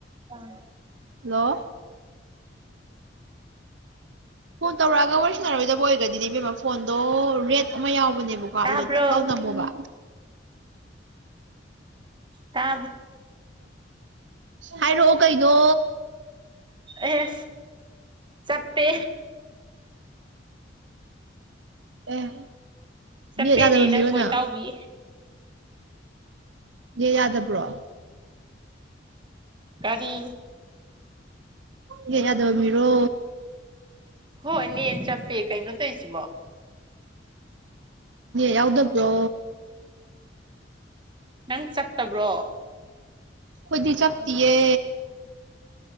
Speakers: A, on the right; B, on the right.
A: ꯀꯥꯡ
B: ꯍꯜꯂꯣ ꯐꯣꯟ ꯇꯧꯔꯛꯑꯒ ꯋꯥꯔꯤꯔꯁꯤꯟꯅꯔꯣꯏꯗꯕ ꯑꯣꯏꯒꯗꯤ ꯏꯕꯦꯝꯃ ꯐꯣꯟꯗꯣ ꯔꯦꯠ ꯑꯃ ꯌꯥꯎꯕ ꯇꯅꯦꯕꯀꯣ ꯑꯗꯨꯗ
A: ꯇꯥꯕ꯭ꯔꯣ
B: ꯇꯛ ꯂꯧꯎ ꯇꯝꯃꯣꯕ
A: ꯀ
B: ꯍꯥꯏꯔꯛꯑꯣ ꯀꯩꯅꯣ
A: ꯑꯦ ꯆꯞꯇꯦ
B: ꯑꯦ
A: ꯆꯞꯄꯦꯅꯦ
B: ꯃꯤꯠ ꯌꯥꯗꯕ
A: ꯅꯪꯕꯣ
B: ꯃꯤꯔꯣꯅ
A: ꯏꯇꯥꯎꯕꯤ
B: ꯑꯦ ꯌꯥꯗꯕ꯭ꯔꯣ
A: ꯀꯔꯤ
B: ꯀ ꯌꯥꯗꯕꯤꯔꯣ
A: ꯍꯣꯏ ꯅ ꯆꯄꯦ ꯀꯩ ꯅꯠꯇ ꯏꯁꯤ
B: ꯌꯥꯎꯗꯣ ꯄ꯭ꯔꯣ
A: ꯅꯪ ꯆꯠꯇꯕ꯭ꯔꯣ
B: ꯈꯣꯏꯗꯤ ꯆꯞꯇꯌꯦ